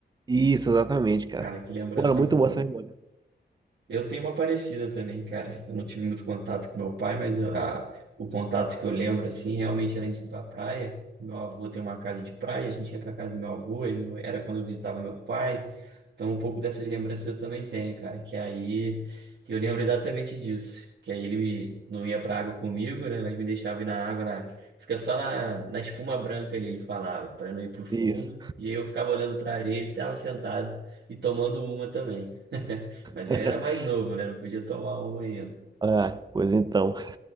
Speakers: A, on the right; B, on the right.
A: Isso, exatamente, cara.
B: Cara, que lembrança
A: Pô, era muito
B: boa.
A: boa essa memória.
B: Eu tenho uma parecida também, cara. Eu não tive muito contato com meu pai, mas eu- a- o contato que eu lembro, assim, realmente era a gente ir pra praia. Meu avô tem uma casa de praia, a gente ia pra casa do meu avô, e meu- era quando eu visitava meu pai. Então, um pouco dessas lembranças eu também tenho, cara. Que aí eu lembro exatamente disso. Que aí ele me- não ia pra água comigo, né? Mas me deixava ir na água, na, fica só na, na espuma branca ali, ele falava, pra não ir pro fundo.
A: Isso.
B: E eu ficava olhando pra areia, ele tava sentado e tomando uma também. <laughs> Mas
A: <laughs>
B: eu era mais novo, né? Não podia tomar uma ainda.
A: Ah, pois então.